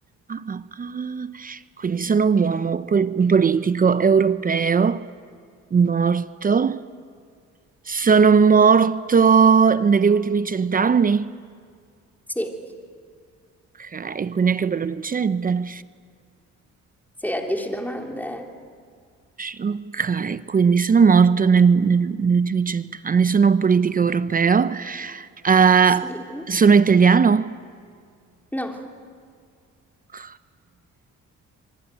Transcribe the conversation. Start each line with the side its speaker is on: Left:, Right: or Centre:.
Right: Ah, ah, ah. Quindi sono un uomo pol- un politico europeo morto. Sono morto negli ultimi cent'anni?
Centre: sì.
Right: Ok, quindi anche bello recente.
Centre: Sei a 10 domande? eh?
Right: Ok, quindi sono morto nel- nel- negli ultimi cent'anni. Sono un politico europeo. Eh,
Centre: Sì,
Right: sono italiano?
Centre: no,
Right: Ok,